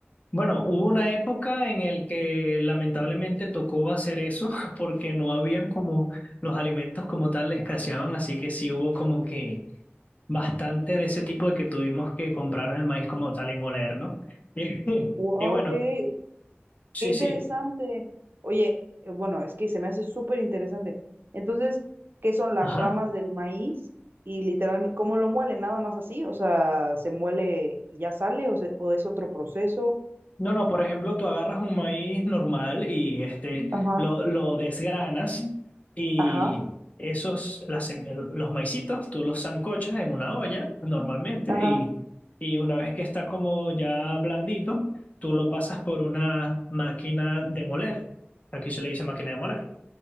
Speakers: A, on the left; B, on the right.
A: bueno, hubo una época en el que lamentablemente tocó hacer eso <laughs> porque no habían como los alimentos como tal escaseaban, así que sí hubo como que bastante de ese tipo de que tuvimos que comprar el maíz como tal y molerlo. <laughs> Y,
B: Wow,
A: y bueno,
B: qué,
A: sí,
B: qué interesante.
A: sí,
B: Oye, eh, bueno, es que se me hace súper interesante. Entonces, ¿qué son las
A: ajá.
B: ramas del maíz? Y literalmente, ¿cómo lo muele? ¿Nada más así? O sea, ¿se muele y ya sale o, se- o es otro proceso?
A: No, no, por ejemplo, tú agarras un maíz normal y este,
B: Ajá,
A: lo, lo desgranas y
B: ajá,
A: esos, las, sem- los maicitos, tú los sancochas en una olla normalmente
B: ajá,
A: y, y una vez que está como ya blandito, tú lo pasas por una máquina de moler, aquí se le dice máquina de moler,